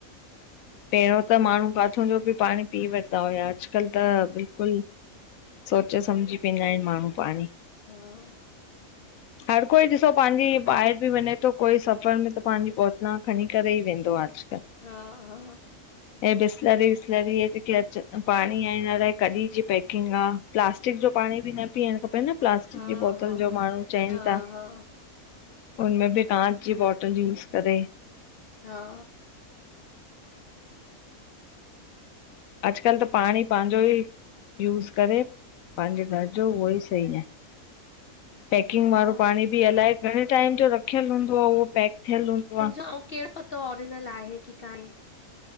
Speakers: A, on the left; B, on the left.
A: पहिरियों त माण्हू काथों जो बि पाणी पी वठिदा हुया, अॼुकल्ह त बिल्कुलु सोचे समझी पियंदा आहिन माण्हू पाणी।
B: हा
A: हर कोई ॾिसो पाँजी ॿाहिर बि वञे थो कोई सफ़र में त पंहिंजी बोतलू खणी करे ई वेंदो आहे अॼकल्ह।
B: हा हा
A: ऐं बिसलरी विसलरी जेक अच पाणी आ हिन अलाए कॾी जी पेकिंग हा प्लास्टिक जो पाणी बि न पीअण हा न प्लास्टिक
B: हा
A: जी बोतल
B: हा
A: जो माण्हू चैन
B: हा
A: था
B: हा
A: उनमें बि कांच जी बॉटल यूज करे।
B: हा
A: अॼकल्ह त पाणी पांजू ही यूज़ करे पाँजे घर जो, उहो ई सही है। पेकिंग
B: हा
A: वारो पाणी बि अलाए घणे टाइम जो रखियल हूंदो, उहो पैक थियल हूंदो आ।
B: अऊं केड़ो त ऑरिजिनल आहे की ना हे?